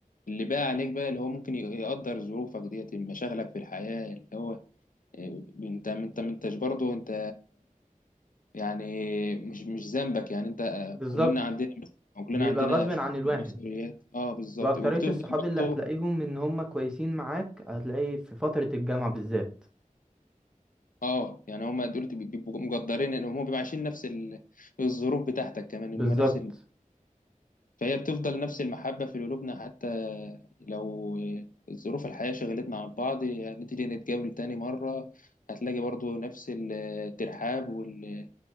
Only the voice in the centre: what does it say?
بالظبط
بيبقى
غصب
عن الواحد
واكترية
الصحاب اللي
هتلاقيهم ان هم كويسين معاك هتلاقي في فترة الجامعة بالذات
بالظبط